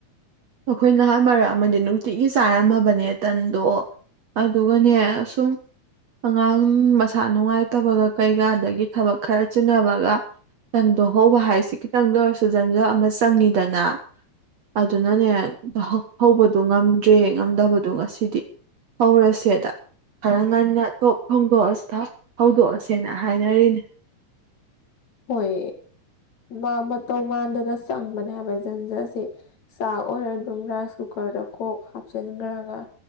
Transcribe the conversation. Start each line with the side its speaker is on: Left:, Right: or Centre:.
Right: ꯑꯩꯈꯣꯏ ꯅꯍꯥꯟ ꯃꯔꯛ ꯑꯃꯗꯤ ꯅꯨꯡꯇꯤꯛꯒꯤ ꯆꯥꯔꯝꯃꯕꯅꯦ ꯇꯟꯗꯣ ꯑꯗꯨꯒꯅꯦ ꯁꯨꯝ ꯑꯉꯥꯡ ꯃꯁꯥ ꯅꯨꯡꯉꯥꯏꯇꯕꯒ ꯀꯩꯒ ꯑꯗꯒꯤ ꯊꯕꯛ ꯈꯔ ꯆꯤꯟꯅꯕꯒ ꯇꯟꯗꯣ ꯍꯧꯕ ꯍꯥꯏꯁꯤ ꯈꯤꯇꯪꯗ ꯑꯣꯏꯔꯁꯨ ꯖꯟꯖ ꯑꯃ ꯆꯪꯉꯤꯗꯅ ꯑꯗꯨꯅꯅꯦ ꯍꯧꯕꯗꯨ ꯉꯝꯗ꯭ꯔꯦ ꯉꯝꯗꯕꯗꯣ ꯉꯁꯤꯗꯤ ꯍꯧꯔꯁꯦꯗ ꯈꯔ ꯉꯟꯅ ꯊꫭꯛ ꯊꫭꯡꯗꯣꯛꯑ ꯍꯧꯗꯣꯛꯑꯁꯦꯅ ꯍꯥꯏꯅꯔꯤꯅꯦ
Left: ꯍꯣꯏ ꯃꯥ ꯃꯇꯧ ꯃꯥꯟꯗꯅ ꯆꯪꯕꯅꯦ ꯍꯥꯏꯕ ꯖꯟꯖ ꯁꯦ ꯆꯥꯛ ꯑꯣꯏꯔ ꯑꯗꯨꯝ ꯔꯥꯏꯁ ꯀꯨꯀꯔꯗ ꯀꯣꯛ ꯍꯥꯞꯆꯟꯒ꯭ꯔꯒ